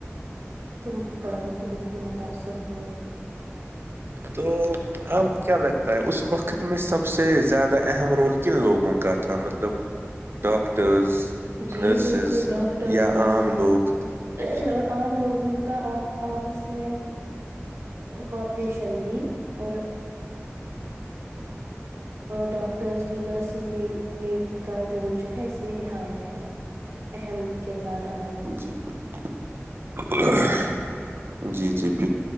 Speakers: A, on the right; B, on the right.
A: تم پڑھائی
B: ہ
A: تو بالکل متاثر ہوئے
B: تو ہاں وہ کیا لگتا ہے اس وقت میں سب سے زیادہ اہم رول کن لوگوں کا تھا مطلب ڈاکٹرز
A: جی
B: نرسز
A: بالکل ڈاکٹرز
B: یا
A: نرسز
B: عام لوگ
A: اور عام لوگوں کا آپ آپس میں کوپریشن بھی اور ڈاکٹرز بھی نرسز نے نے کا رول جو ہے اس میں نہایت ہیں اہم کردار اد
B: جی بال <unintelligible> جے جی